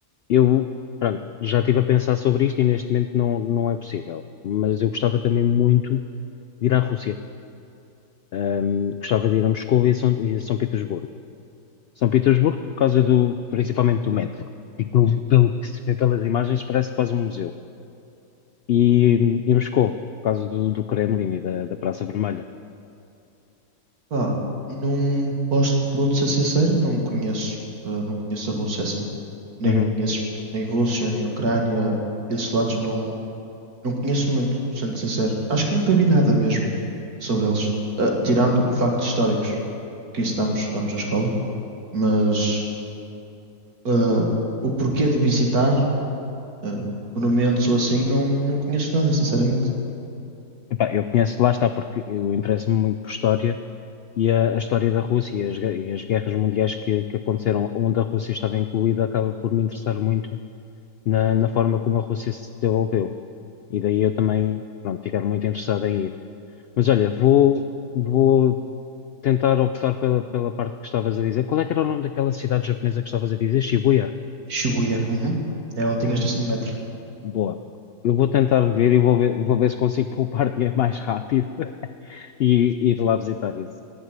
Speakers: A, on the left; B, on the right.
A: Eu, pronto, já estive a pensar sobre isto e neste momento não, não é possível. Mas eu gostava também muito de ir à Rússia. Ahm, gostava de ir a Moscou e a São, e a São Petersburgo. São Petersburgo por causa do, principalmente do metro. E pelo, pelo que se vê pelas imagens parece quase um museu. E, e Moscou por causa do, do Kremlin e da, da Praça Vermelha.
B: Pá, não posso, vou-te ser sincero, não conheço. eh, não conheço a Rússia assim. Nem,
A: Uhum.
B: esses, nem Rússia, nem Ucrânia, esses lados não. Não conheço muito, sendo sincero. Acho que nunca vi nada mesmo sobre eles. Ah, tirando factos históricos, que isso estamos, estamos na escola, mas ah, o porquê de visitar ah, monumentos ou assim, não, não conheço nada, sinceramente.
A: Epá, eu conheço, lá está, porque eu interesso-me muito por história e a, a história da Rússia e as, gue- e as guerras mundiais que, que aconteceram onde a Rússia estava incluída acaba por me interessar muito na, na forma como a Rússia se desenvolveu. E daí eu também, pronto, ficar muito interessado em ir. Mas olha, vou, vou tentar optar pela, pela parte que estavas a dizer. Qual é que era o nome daquela cidade japonesa que estavas a dizer? Shibuya?
B: Shibuya, uhum. É
A: Ok,
B: onde tem a estação de metro.
A: boa. Eu vou tentar ver e vou ver, vou ver se consigo <laughs> poupar dinheiro mais rápido <laughs> e ir lá visitar isso.